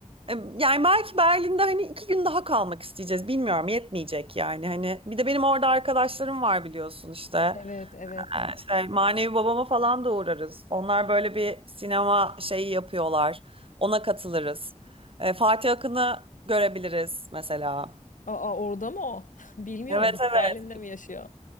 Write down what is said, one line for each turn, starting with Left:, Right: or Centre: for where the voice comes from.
Right: E, Yani belki Berlin'de hani iki gün daha kalmak isteyeceğiz. Bilmiyorum yetmeyecek yani. Hani bir de benim orada arkadaşlarım var biliyorsun işte.
Left: Evet, evet.
Right: E, Şey, manevi babama falan da uğrarız. Onlar böyle bir sinema şeyi yapıyorlar. Ona katılırız. E, Fatih Akın'ı görebiliriz mesela.
Left: Aa orada mı o? <laughs> Bilmiyorum
Right: Evet
Left: hiç
Right: evet.
Left: Berlin'de mi yaşıyor?